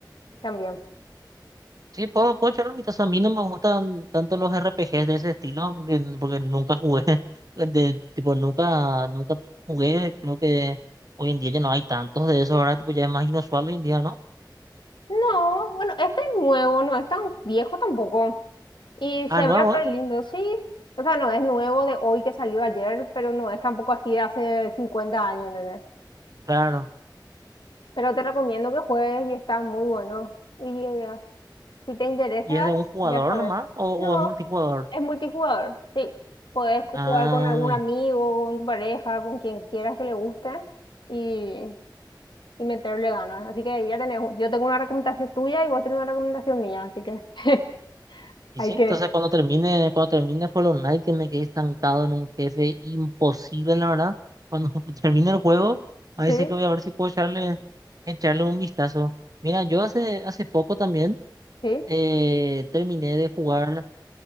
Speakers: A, on the left (about 75°); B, on the right (about 50°).
A: también.
B: Sí, puedo, puedo echar la mitad. A mí no me gustan tanto los R P Gs de ese estilo porque, porque nunca jugué. <laughs> De, tipo, nunca, nunca jugué. Creo que hoy en día ya no hay tantos de esos, ¿verdad? Tipo, ya es más inusual hoy en día, ¿no?
A: No, bueno, este es nuevo, no es tan viejo tampoco. Y se
B: Ah, nuevo
A: ve re
B: es.
A: lindo, sí. O sea, no es nuevo de hoy que salió ayer, pero no es tampoco así de hace 50 años, ¿entendés?
B: Claro.
A: Pero te recomiendo que juegues y está muy bueno. Y eh, si te interesa,
B: ¿Y es de un jugador
A: ya sabes.
B: nomás o, o
A: No,
B: es multijugador?
A: es multijugador, sí. Puedes co-
B: Ah.
A: jugar con algún amigo, con tu pareja, con quien quieras que le guste y, y meterle ganas. Así que ya tenés, un- yo tengo una recomendación tuya y vos tenés una recomendación mía, así que... <laughs>
B: Y
A: Hay
B: sí,
A: que,
B: entonces cuando termine, cuando termine Hollow Knight, que me quedé estancado en un jefe imposible, la verdad. Cuando <laughs> termine el juego, a ver
A: Sí,
B: si que voy a ver si puedo echarle, echarle un vistazo. Mira, yo hace, hace poco también
A: sí.
B: eh, terminé de jugar,